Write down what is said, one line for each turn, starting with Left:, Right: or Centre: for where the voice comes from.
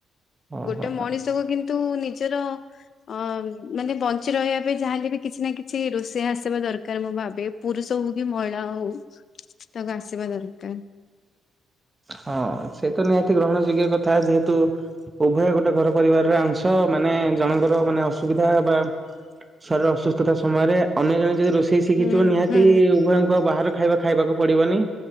Right: ଓହୋ
Left: ଗୋଟେ ମଣିଷକୁ କିନ୍ତୁ ନିଜର। ଅ ମାନେ ବଞ୍ଚି ରହିବା ପାଇଁ ଯାହାଲେ ବି କିଛି ନା କିଛି ରୋଷେଇ ଆସିବା ଦରକାର ମୁଁ ଭାବେ। ପୁରୁଷ ହଉ କି ମହିଳା ହଉ ତାକୁ ଆସିବା ଦରକାର।
Right: ହଁ ସେ ତ ନିହାତି ଗ୍ରହଣ ଯୋଗ୍ୟ କଥା ଯେହେତୁ। ଉଭୟ ଗୋଟେ ଘର ପରିବାରର ଅଂଶ ମାନେ ଜଣଙ୍କର ମାନେ ଅସୁବିଧା ବା- ଶରୀର ଅସୁସ୍ଥତା ସମୟରେ ଅନ୍ୟ ଜଣେ ଯଦି ରୋଷେଇ ଶିଖିଥିବ
Left: ହୁଁ
Right: ନିହାତି
Left: ହୁଁ
Right: ଉଭୟ ଆଉ ବାହାର ଖାଇବା ଖାଇବାକୁ ପଡିବନି